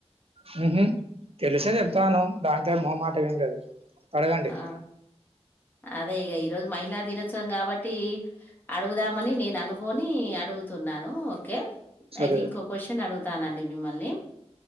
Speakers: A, on the right; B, on the left.
A: హు హుమ్ తెలిసే చెప్తను దాంట్లో మోహమాటం ఏమి లేదు అడగండి
B: ఆ! అదే ఇగ ఈ రోజు మహిళా దినోత్సవం కాబట్టి అడుగుదాం మని నేను అనుకొని అడుగు తున్నాను ఓకే
A: సరే
B: ఐతే ఇంకో క్వశ్చన్ అడుగుతానండి మిమ్మల్ని